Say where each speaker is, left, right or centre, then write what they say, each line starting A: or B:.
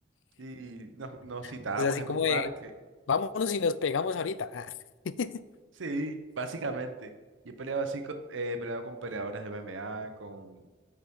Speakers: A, on the right (about 80°); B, on the left (about 75°).
A: Y nos, nos citábamos
B: O sea, así
A: en
B: como
A: un parque.
B: de, vámonos y nos pegamos ahorita. Ah. <laughs>
A: Sí, básicamente. Y he peleado así, co- eh, he peleado con peleadores de m M a con